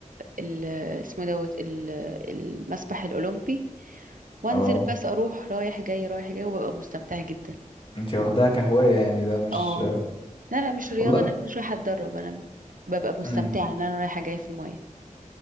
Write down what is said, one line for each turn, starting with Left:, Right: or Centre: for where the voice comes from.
Right: ال اسمه دوت ال- المسبح الاولمبي وانزل
Left: اه
Right: بس اروح رايح جاي رايح جاي وببقى مستمتعة جدا
Left: انت واخداها كهواية يعني ده مش
Right: اه لا لا مش رياضة
Left: والله
Right: انا مش رايحة اتدرب انا ببقى مستمتعة
Left: امم
Right: ان انا رايحة جاية في المية